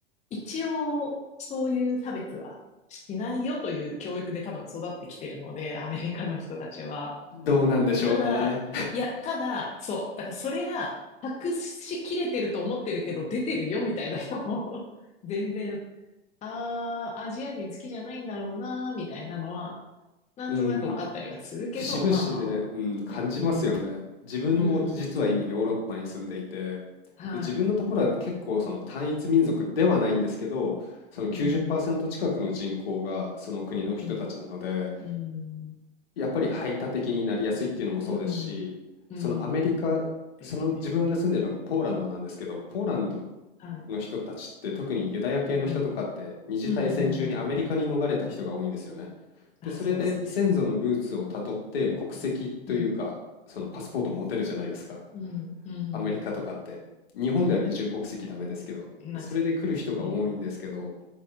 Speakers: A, on the left; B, on the left.
A: 一応そういう差別はしないよという教育で多分育ってきてるので、アメリカの人たちは。
B: どうなんでしょうね。
A: ただ、いや、ただ、そう、だからそれが隠しきれてると思ってるけど出てるよみたいな人も <laughs> 全然ああ、アジア人好きじゃないんだろうな、みたいなのは、なんとなく分かったりはするけど、
B: うん節々で、
A: まあまあまあ。
B: うん、感じますよね。
A: うん。
B: 自分も実は今ヨーロッパに住んでいて、
A: うん。はい。
B: で、自分のところは結構その単一民族ではないんですけど、その90%
A: うん。
B: 近くの人口がその国の人たちなので、
A: うん。うん。
B: やっぱり排他的になりやすいっていうのもそうですし、
A: うん。うん
B: そのアメリカ、
A: ですね。
B: その自分が住んでるのがポーランドなんですけど、ポーランドっ
A: はい。
B: の人たちって特にユダヤ系の人とかって二次大戦中にアメリカに逃れた人が多いんですよね。
A: うん。うん。うん。う
B: で、
A: ん。あ、
B: それで先祖のルーツをたどって国籍というかそのパスポート持てるじゃないですか。
A: そうですね。うん。うん。うん。うん。
B: アメリカとかって。日本では二重国籍ダメですけど、
A: うん。なっちゃいますね。
B: でそれで来る人が多いんですけど、
A: うん。